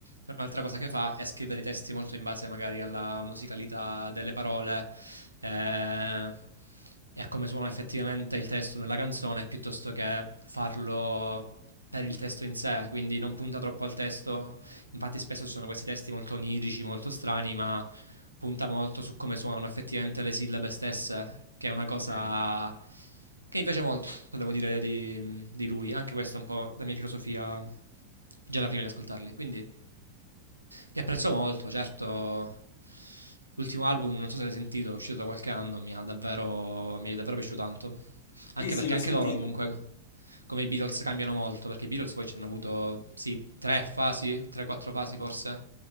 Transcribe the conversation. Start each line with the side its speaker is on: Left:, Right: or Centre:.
Right: Cioè, Un'altra cosa che fa è scrivere i testi molto in base magari alla musicalità delle parole eh, e a come suona effettivamente il testo nella canzone, piuttosto che farlo per il testo in sé, quindi non punta troppo al testo, Infatti spesso ci sono questi testi molto onirici, molto strani, ma punta molto su come suonano effettivamente le sillabe stesse, che è una cosa
Left: Sì,
Right: che mi piace molto, devo dire, di, di lui. Anche questa è un po' la mia filosofia già da prima di ascoltarli. Quindi li apprezzo molto, certo. L'ultimo album, non so se l'hai sentito, è uscito da qualche anno, mi ha davvero, mi è davvero piaciuto tanto.
Left: sì,
Right: Anche
Left: sì,
Right: perché
Left: l'ho
Right: anche
Left: sentito.
Right: loro comunque, come i Beatles, cambiano molto, perché i Beatles poi ci hanno avuto, sì, tre fasi, tre, quattro fasi forse,